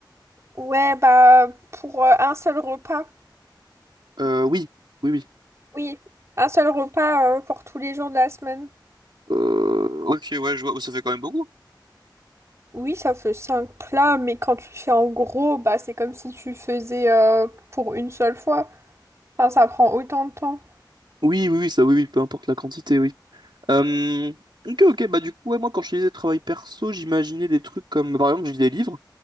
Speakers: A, on the right (about 35°); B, on the right (about 70°).
A: Ouais, bah pour euh, un seul repas.
B: Euh, oui, oui, oui.
A: Oui, un seul repas euh, pour tous les jours de la semaine.
B: Euh, ouais. Ok, ouais, je vois, ça fait quand même beaucoup.
A: Oui, ça fait cinq plats, mais quand tu fais en gros, bah c'est comme si tu faisais euh, pour une seule fois. Enfin, ça prend autant de temps.
B: Oui, oui, oui, ça, oui, oui, peu importe la quantité, oui. Euh, ok, ok, bah du coup, ouais, moi, quand je faisais disais travail perso, j'imaginais des trucs comme, par exemple, j'ai des livres